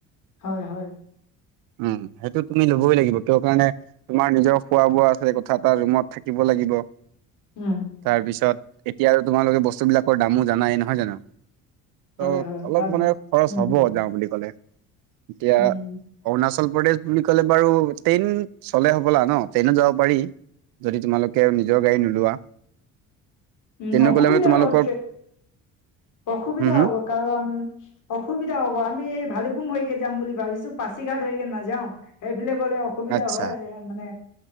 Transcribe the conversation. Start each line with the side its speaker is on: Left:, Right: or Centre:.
Left: হয় হয়।
Right: উম, সেইটো তুমি ল'বই লাগিব। <unintelligible> তোমাৰ নিজৰ খোৱা-বোৱা আছে কথা এটা ৰুমত থাকিব লাগিব।
Left: উম।
Right: তাৰ পিছত এতিয়া আৰু তোমালোকে বস্তু বিলাকৰ দামো জানাই। নহয় জানোঁ? ত'
Left: হয় হয়
Right: অলপ
Left: তাত
Right: মানে খৰচ
Left: উম
Right: হব
Left: উম
Right: যাওঁ বুলি ক'লে। এতিয়া
Left: উম
Right: অৰুণাচল প্ৰদেশ বুলি ক'লে বাৰু ট্ৰেইন চলে হ'বলা ন? ট্ৰেইনত যাব পাৰি। যদি তোমালোকে নিজৰ গাড়ী নোলোৱা।
Left: উম,
Right: ট্ৰেইনত
Left: অসুবিধা
Right: গ'লে মানে তোমালোকৰ
Left: হব ট্ৰেক, অসুবিধা
Right: হম হম
Left: হ'ব কাৰণ অসুবিধা হ'ব, আমি এই ভালেপুং হৈকে যাম বুলি ভাবিছোঁ, পাছিঘাট হৈকে নাযাওঁ। সেইফালে গ'লে অসুবিধা
Right: আচ্ছা
Left: হয় মানে